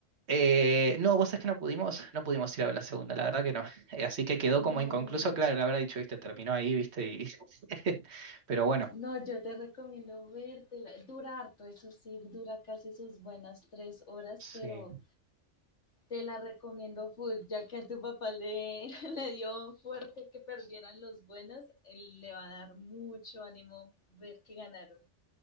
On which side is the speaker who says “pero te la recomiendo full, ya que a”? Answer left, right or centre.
Left